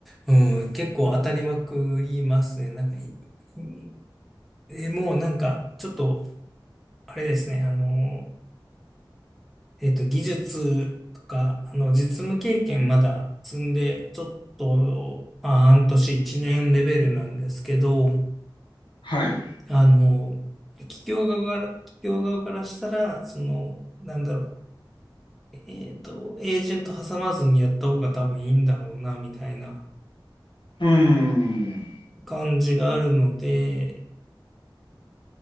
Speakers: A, in the centre; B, on the left.
A: うん、結構当たりまくりますね。なんかい、いえもうなんか、ちょっと、あれですね、あの、えっと、技術とか、あの、実務経験まだ積んで、ちょっと、まあ、半年一年レベルなんですけど、
B: はい。う
A: あの、企業側から、企業側からしたら、その、なんだろう、えっと、エージェント挟まずにやった方が多分いいんだろうな、みたいな
B: ーん。
A: 感じがあるので、